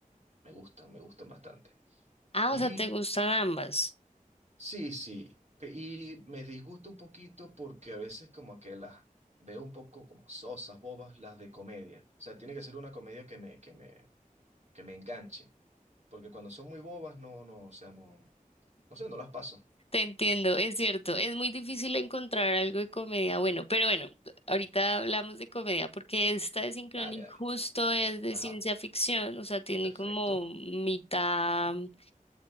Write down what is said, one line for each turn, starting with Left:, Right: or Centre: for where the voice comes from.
Right: Me gustan, me gustan bastante.
Left: Ah,
Right: Y
Left: o sea, te gustan ambas.
Right: sí, sí. pe- Y me disgusta un poquito porque a veces como que las veo un poco como sosas, bobas, las de comedia. O sea, tiene que ser una comedia que me, que me, que me enganche. Porque cuando son muy bobas, no, no, o sea, no, no sé, no las paso.
Left: Te entiendo, es cierto, es muy difícil encontrar algo de comedia bueno, pero bueno, ahorita hablamos de comedia porque esta de Synchronic
Right: Dale, dale.
Left: justo es de
Right: Ajá,
Left: ciencia ficción, o sea, tiene
Right: perfecto.
Left: como mitad, o